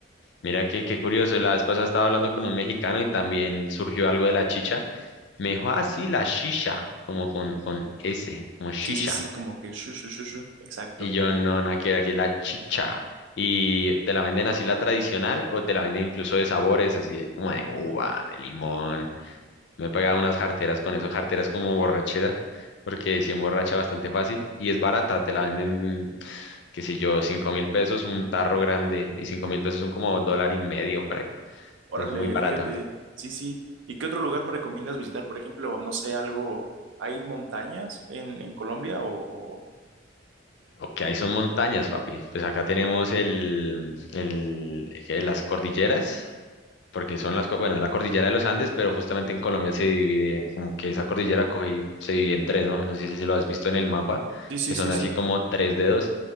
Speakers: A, on the left; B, on the right.
A: mira que qué curioso. La vez pasada estaba hablando con un mexicano y también surgió algo de la chicha. Me dijo, ah, sí, la shisha, como con, con S, como shisha.
B: Sí, sí, sí, como que shu, shu, shu, shu, exacto.
A: Y yo, no, nada que ver, aquí es la chicha. Y te la venden así la tradicional o te la venden incluso de sabores, así de- como de uva, de limón. Me he pagado unas jarteras con eso, jarteras como borrachera, porque si emborracha bastante fácil y es barata, te la venden, qué sé yo, cinco mil pesos, un tarro grande y cinco mil pesos son como dólar y medio para ahí.
B: Órale,
A: Entonces, es muy barata.
B: fíjate, sí, sí. ¿Y qué otro lugar me recomiendas visitar? Por ejemplo, no sé, algo, ¿hay montañas en, en Colombia? O, o-
A: Lo que hay son montañas, papi. Pues acá tenemos el, el, que las cordilleras porque son las, co- bueno, es la cordillera de los Andes, pero justamente en Colombia se divide, como que esa cordillera coge y se divide en tres, ¿no? No sé si lo has visto en el mapa,
B: Sí, sí,
A: que son
B: sí,
A: así
B: sí.
A: como tres dedos.